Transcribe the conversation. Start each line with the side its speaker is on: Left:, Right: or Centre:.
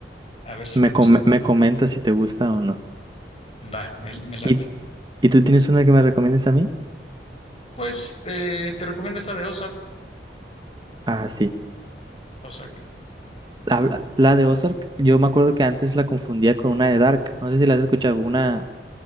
Left: a ver si
Right: me,
Left: me gustó.
Right: com- me comentas si te gusta o no.
Left: Va, me, me late.
Right: ¿Y, y tú tienes una que me recomiendes a mí?
Left: Pues te, te recomiendo esa de Ozark.
Right: Ah, sí.
Left: Ozark.
Right: Habla- La, de Ozark, yo me acuerdo que antes la confundía con una de Dark. No sé si la has escuchado. Una,